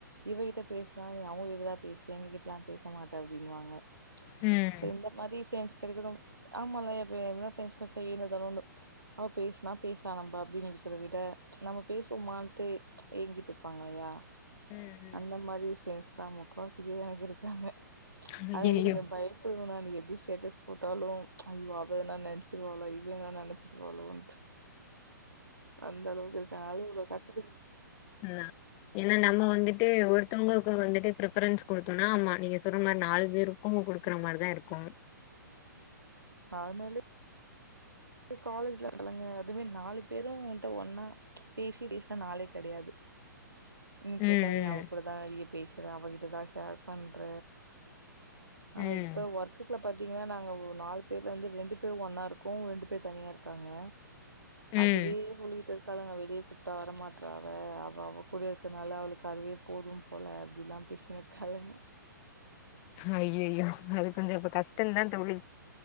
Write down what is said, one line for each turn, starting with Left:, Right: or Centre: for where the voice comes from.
Right: இவகிட்ட பேசுனா நீ அவுங்க கிட்ட தா பேசுவே எங்க கிட்டலா பேச மாட்ட அப்டினுவாங்க
Left: ம்
Right: சோ இந்த மாதி ஃப்ரெண்ட்ஸ் கெடைக்கனும் ஆமால்ல எ ஃப இன்னொரு ஃப்ரண்ட்ஸ் கெடச்சா ஏனோ தானோனு அவ பேசுனா பேசலா நம்ப அப்டிங்குறத விட நம்ம பேசுவோமான்ட்டு ஏங்கிட்டு இருப்பாங்க இல்யா
Left: ம் ம்
Right: அந்த மாதி ஃப்ரண்ட்ஸ் தா முக்காவாசி பேர் எனக்கு இருக்காங்க
Left: அய்யய்யோ
Right: அதனாலே கொஞ்சோ பயப்படுவே நானு எது ஸ்டேட்டஸ் போட்டாலு ஐயோ அவ எனா நெனச்சிருவாளோ இவ எனா நெனச்சிருவாளோன்ட்டு அந்த அளவுக்கு இருக்கே அதுவு இல கத்துதுங்
Left: ம் ஏனா நம்ம வந்துட்டு ஒருத்தவங்கக்கு வந்துட்டு ஃபிரப்ரன்ஸ் குடுத்தோன்னா ஆமா நீங்க சொற மாரி நாலு பேரு எப்பமு குடுக்குற மாரிதா இருக்கு
Right: அது மேலே காலேஜ்ல அவளுங்க அதுமே நாலு பேரு என்ட்ட ஒன்னா பேசி பேசுன நாளே கெடயாது இன்னு கேட்டா
Left: ம்
Right: நீ அவ கூடதா நெறய பேசுற அவகிட்டதா ஷேர் பண்ற ஆனா
Left: ம்
Right: இப்ப ஒர்க்குக்ல பாத்தீங்கன்னா நாங்க ஒ நாலு பேர்ல வந்து ரெண்டு பேர் ஒன்னா இருக்கோ ரெண்டு பேர் தனியா இருக்காங்க அதுவே
Left: ம்
Right: இவளு கிட்ட பாக்காலுங்க வெளியே கூப்ட்டா வரமாட்றா அவ அவ அவ கூட இருக்கனால அவளுக்கு அதுவே போதும் போல அப்டிலா பேசினு இருகாளுங்க
Left: ஐய்யய்யோ அது கொஞ்சோ இப்ப கஷ்டந்தா தோழி